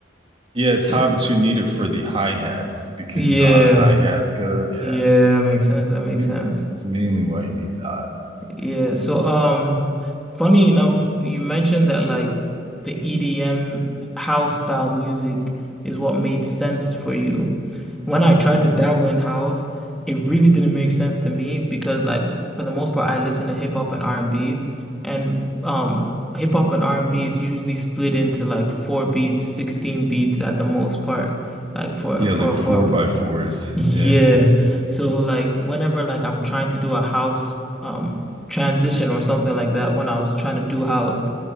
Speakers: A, on the right; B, in the centre.
A: Yeah, it's
B: Yeah.
A: hard, but you need it for the hi-hats because
B: Yeah.
A: you know how the hi-hats go. Yeah.
B: Yeah, that makes sense. That makes
A: Ma-
B: sense.
A: It's mainly why you need that.
B: Yeah. So, um. Funny enough, you mentioned that like the EDM house style music is what made sense for you. When I tried to dabble in house, it really didn't make sense to me because like for the most part I listen to hip hop and R&B and B and um hip hop and R&B is usually split into like four beats, 16 beats at the most part like for
A: Yeah,
B: for
A: like four
B: for
A: by fours.
B: yeah.
A: Yeah.
B: So like whenever like I'm trying to do a house um transition or something like that, when I was trying to do house,